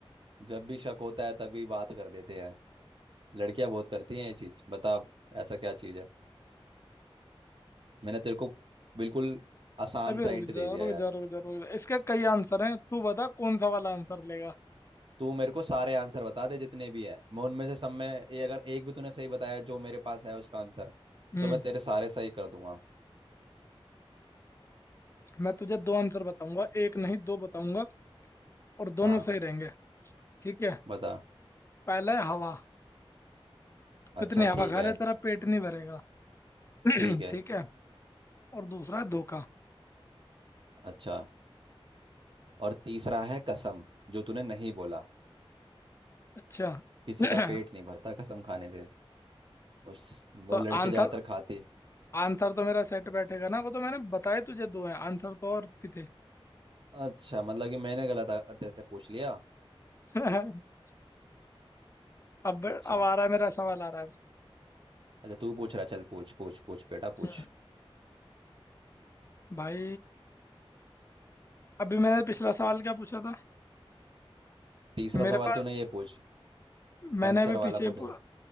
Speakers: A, on the right; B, on the left.
A: जब भी शक होता है तभी बात कर देते हैं लड़कियां बहुत करती हैं ये चीज बता अब ऐसा क्या चीज है मैंने तेरे को बिल्कुल आसान
B: अबे
A: सा इंट
B: रुक जा
A: दे दिया
B: रुक
A: यार
B: जा रुक जा रुक जा इसके कई आंसर हैं तू बता कौन सा वाला आंसर लेगा
A: तू मेरे को सारे आंसर बता दे जितने भी हैं मैं उनमें से सब में ये अगर एक भी तूने सही बताया जो मेरे पास है उसका आंसर
B: हम्म।
A: तो मैं तेरे सारे सही कर दूंगा
B: मैं तुझे दो आंसर बताऊंगा एक नहीं दो बताऊंगा और दोनों
A: हाँ
B: सही रहेंगे ठीक है
A: बता
B: पहला है हवा कितनी
A: अच्छा
B: हवा
A: ठीक
B: खा
A: है
B: ले तेरा पेट नहीं भरेगा <clears throat>
A: ठीक है
B: ठीक है और दूसरा है धोखा
A: अच्छा और तीसरा है कसम जो तूने नहीं बोला
B: अच्छा
A: किसी
B: <clears throat>
A: का पेट नहीं भरता कसम खाने से उस वो
B: तो
A: लड़के
B: आंसर
A: ज़्यादातर खाते
B: आंसर तो मेरा सेट बैठेगा ना वो तो मैंने बताए तुझे दो हैं आंसर तो और भी थे
A: अच्छा मतलब कि मैंने गलत अतः से पूछ लिया
B: <laughs> अब अब
A: अच्छा
B: आ रहा है मेरा सवाल आ रहा है
A: अच्छा तू पूछ रहा है, चल पूछ पूछ पूछ बेटा पूछ
B: हम्म, भाई अभी मैंने पिछला सवाल क्या पूछा था
A: तीसरा
B: कि मेरे
A: सवाल
B: पास
A: तूने ये पूछ
B: मैंने
A: पंचर
B: अभी
A: वाला
B: पीछे
A: पूछा
B: पू-
A: था